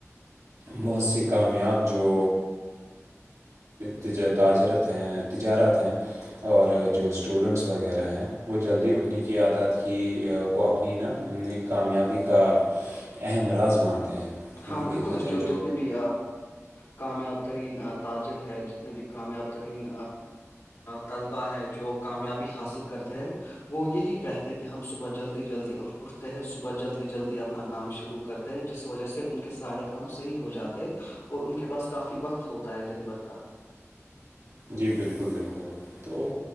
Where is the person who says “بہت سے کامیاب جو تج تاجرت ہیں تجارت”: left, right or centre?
Right